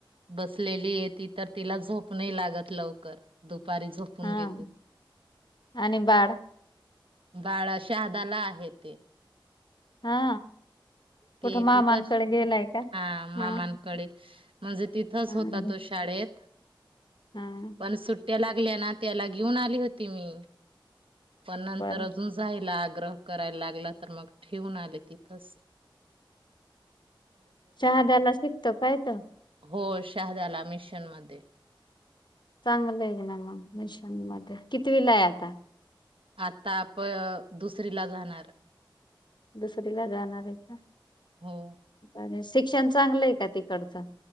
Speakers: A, on the right; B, on the left.
A: बसलेलीय तीथ तिला झोप नाही लागत लवकर दु दुपारी झोपून
B: हा
A: घेते.
B: आणि बाळ
A: बाळा, शहादाला आहे ते
B: हा
A: ते
B: कुठं मामांकडे
A: तिथच
B: गेलाय का?
A: हा मामांकडे
B: हा
A: म्हणजे तिथंच
B: हा
A: होता तो शाळेत,
B: हा
A: पण सुट्टी सुट्टया, लागल्या ना त्याला घेऊन आली होती मी पण नंतर
B: बरं
A: अजून जायला आ ग्रह करायला लागला तर मग ठेवून आले तिथच
B: शहाद्याला शिकतो काय इथ?
A: हो शहादयाला मिशन मध्ये.
B: चांगलं आहे ना मग मिशन मध्ये, कितीवीलाय आता?
A: आता प अ दुसरीला जाणार.
B: दुसरी ला जाणारे का?
A: हो
B: आणि सि शिक्षण चांगलंय का तिकडचं.